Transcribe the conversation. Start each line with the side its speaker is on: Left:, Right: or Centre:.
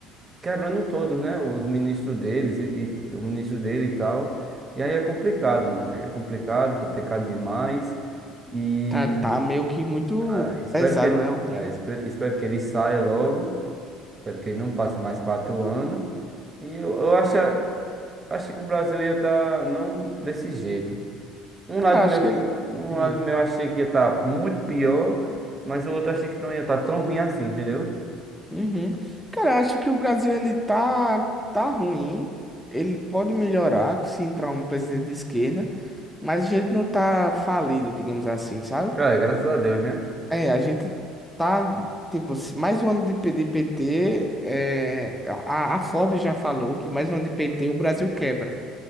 Right: quebrando todos, né? Os ministros deles e, e o ministro dele e tal. E aí é complicado, mano. É complicado, complicado demais. E
Centre: tá, tá meio que muito
Right: ah, espero
Centre: pesado,
Right: que,
Centre: né, o clima.
Right: ah, espero, espero que ele saia logo. Espero que ele não passe mais quatro anos. E eu, eu acho, acho que o Brasil ia estar não desse jeito. Um
Centre: Cara,
Right: lado meu
Centre: acho que
Right: que,
Centre: ele...
Right: um
Centre: Hum.
Right: lado meu achei que ia estar muito pior, mas o outro achei que não ia estar tão ruim assim, entendeu?
Centre: Uhum. Cara, acho que o Brasil ele tá, tá ruim. Ele pode melhorar se entrar um presidente de esquerda, mas a gente não tá falido, digamos assim, sabe?
Right: É, graças a Deus, né?
Centre: É, a gente tá, tipo, se- mais um ano de, P- de PT, é, a, a Forbes já falou que mais um ano de PT o Brasil quebra.